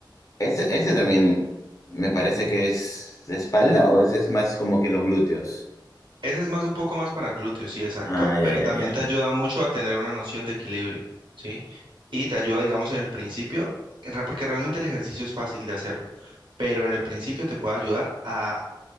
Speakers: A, on the left; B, on the right.
A: Ese, ese también me parece que es de espalda o ese es más como que los glúteos.
B: Ese es más un poco más para glúteos, sí, exacto,
A: Ah, ya,
B: pero
A: ya,
B: también
A: ya.
B: te ayuda mucho a tener una noción de equilibrio, ¿sí? Y te ayuda, digamos, en el principio, en ra- porque realmente el ejercicio es fácil de hacerlo, pero en el principio te puede ayudar a